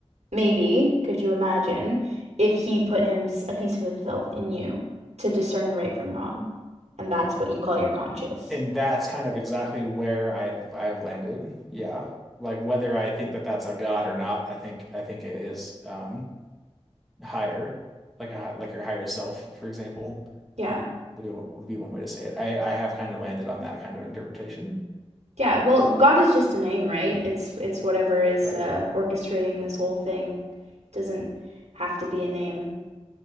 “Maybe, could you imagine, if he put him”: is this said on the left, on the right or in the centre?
Right